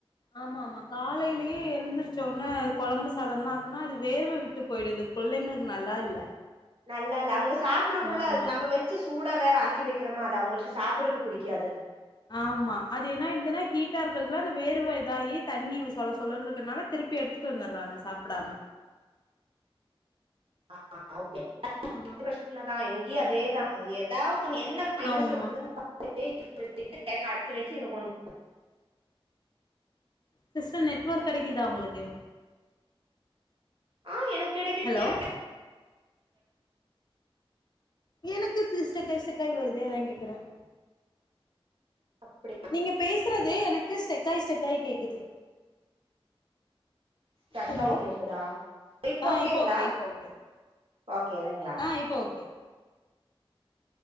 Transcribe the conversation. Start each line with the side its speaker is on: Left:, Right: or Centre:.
Left: ஆமா ஆமா காலையிலேயே எழுந்தருச்ச உடனே அது குழம்பு சாதம்ன்னு ஆக்குனா அது வேர்வ விட்டு போயிடுது புள்ளைங்களுக்கு நல்லா இல்ல
Right: நல்லா இல்ல அவங்க சாப்பிடறதுக்குள்ள
Left: ஆமா
Right: நம்ம வெச்சு ச்சு சூடா வேற ஆக்கி வைக்கிறோமா அது அவங்களுக்கு சாப்பிடுறக்கு பிடிக்காது
Left: ஆமா அது என்னயிடுதுன்னா ஹீட்டா இருக்கிறதுல அந்த வேர்வ இதாயி தண்ணி சொல சொலன்னு இருக்கனால திருப்பி எடுத்துட்டு வந்துடுறாங்க சாப்பிடாம
Right: <unintelligible>
Left: ஆ
Right: பிரச்சன தான் இங்கயும் அதேதான் ஏதாவ என்ன பன
Left: ஆமா
Right: சொல்றதுன்ன <unintelligible> அடைச்சு வெச்சு இங்க கொண்டு
Left: சிஸ்டர் நெட்ஒர்க் கிடைக்குதா உங்களுக்கு
Right: ஆ எனக்கு கெடைக்கு
Left: ஹலோ
Right: <inaudible>
Left: எனக்கு ஸ்டக்காயி ஸ்டக்காயி வருதே அதான் கேக்குறேன்
Right: அப்படி
Left: நீங்க பேசுறது எனக்கு ஸ்டெக்காய் ஸ்டெக்காய் கேக்குது
Right: ஸ்டக்காய்
Left: ஹலோ
Right: கேக்குதா இப்போ
Left: ஆ
Right: ஓகேங்களா
Left: ஓகே இப்போ ஓகே
Right: ஓகே இல்லங்களா
Left: ஆ இப்போ ஓகே